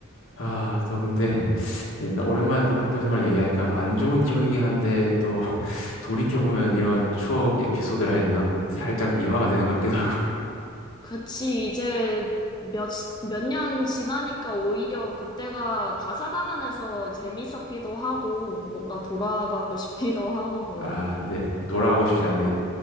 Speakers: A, on the left (about 70°); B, on the left (about 20°).
A: 아, 또 근데 <laughs> 옛날 오랜만에 또 학교 생활 얘기하니까 안 좋은 기억이긴 한데 또 <laughs> 돌이켜보면 이런 추억 에피소드를 해야 되나? 살짝 미화가 되는 것 같기도 하고.
B: 그치, 이제 몇, 몇 년 지나니까 오히려 그때가 다사다난해서 재밌었기도 하고, 뭔가 돌아가고 싶기도 하고 그러네.
A: 아, 근데 돌아가고 싶지 않네.